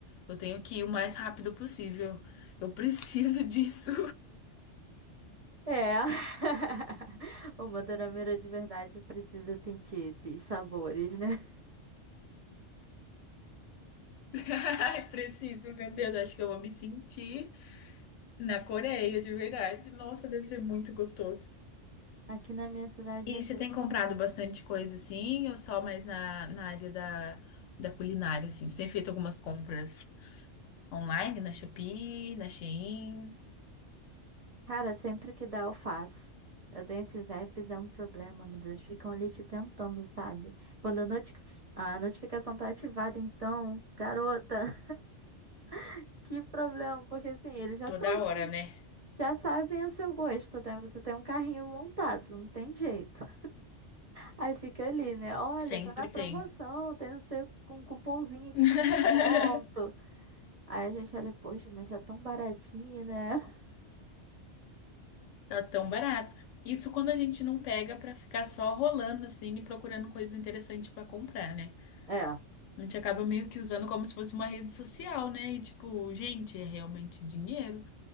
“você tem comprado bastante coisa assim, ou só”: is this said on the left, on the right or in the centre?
Left